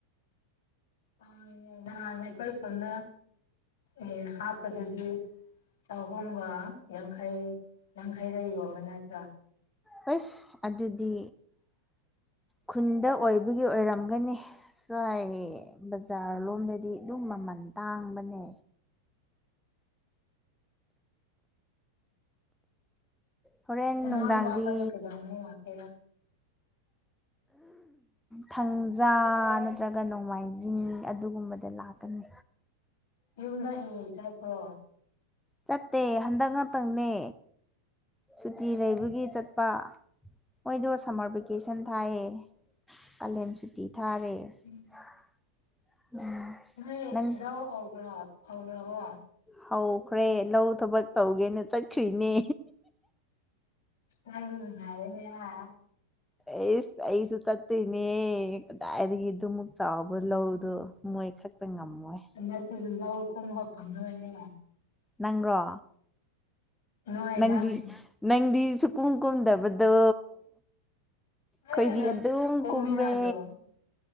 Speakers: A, on the left; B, in the centre.
A: ꯎꯝ ꯅꯍꯥꯟ ꯑꯩꯈꯣꯏ ꯈꯨꯟꯗ ꯑꯦ ꯍꯥꯠꯄꯗꯗꯤ ꯆꯍꯨꯝꯒ ꯌꯥꯡꯈꯩ ꯌꯥꯡꯈꯩꯗ ꯌꯣꯟꯕ ꯅꯠꯇ꯭ꯔꯥ
B: ꯍꯩꯁ ꯑꯗꯨꯗꯤ ꯈꯨꯟꯗ ꯑꯣꯏꯕꯒꯤ ꯑꯣꯏꯔꯝꯒꯅꯤ ꯁ꯭ꯋꯥꯏꯒꯤ ꯕꯖꯥꯔ ꯔꯣꯝꯗꯗꯤ ꯑꯗꯨꯝ ꯃꯃꯟ ꯇꯥꯡꯕꯅꯦ ꯍꯣꯔꯦꯟ
A: <unintelligible>
B: ꯅꯨꯡꯗꯥꯡꯗꯤ
A: ꯀꯩꯗꯧꯉꯩ ꯂꯥꯛꯀꯦꯔ
B: ꯊꯥꯡꯖꯥ ꯅꯠꯇ꯭ꯔꯒ ꯅꯣꯡꯃꯥꯏꯖꯤꯡ ꯑꯗꯨꯒꯨꯝꯕꯗ ꯂꯥꯛꯀꯅꯤ
A: ꯌꯨꯝꯗ ꯍꯦꯛ ꯍꯦꯛ ꯆꯠꯄ꯭ꯔꯣ
B: ꯆꯠꯇꯦ ꯍꯟꯗꯛ ꯉꯥꯛꯇꯪꯅꯦ ꯁꯨꯇꯤ ꯂꯩꯕꯒꯤ ꯆꯠꯄ ꯃꯣꯏꯗꯣ ꯁꯥꯃꯔ ꯚꯦꯀꯦꯁꯟ ꯊꯥꯏꯌꯦ ꯀꯥꯂꯦꯟ ꯁꯨꯇꯤ ꯊꯥꯔꯦ
A: <unintelligible>
B: <unintelligible>
A: ꯅꯣꯏ
B: ꯅꯪ
A: ꯂꯧ ꯍꯧꯕ꯭ꯔꯣ ꯍꯧꯒ꯭ꯔꯕꯣ
B: ꯍꯧꯈ꯭ꯔꯦ ꯂꯧ ꯊꯕꯛ ꯇꯧꯒꯦꯅ ꯆꯠꯈ꯭ꯔꯤꯅꯦ
A: ꯅꯪ ꯅꯨꯡꯉꯥꯏꯔꯦꯅꯦ ꯍꯥ
B: ꯑꯦꯁ ꯑꯩꯁꯨ ꯆꯠꯇꯨꯏꯅꯦ ꯀꯗꯥꯏꯗꯒꯤ ꯗꯨꯃꯨꯛ ꯆꯥꯎꯕ ꯂꯧꯗꯣ ꯃꯣꯏ ꯈꯛꯇ ꯉꯝꯃꯣꯏ
A: ꯅꯠꯇꯦꯗ ꯂꯧ ꯀꯨꯝꯕ ꯐꯪꯉꯔꯣꯏꯅꯦꯍꯦ
B: ꯅꯪꯔꯣ
A: ꯅꯣꯏ
B: ꯅꯪꯗꯤ
A: ꯅꯪ
B: ꯅꯪꯗꯤ ꯁꯨ ꯀꯨꯝ ꯀꯨꯝꯗꯕꯗꯣ
A: ꯑꯦ
B: ꯈꯣꯏꯗꯤ ꯑꯗꯨꯝ
A: ꯀꯣꯝꯃꯤꯅ
B: ꯀꯨꯝꯃꯦ
A: ꯑꯗꯨꯝ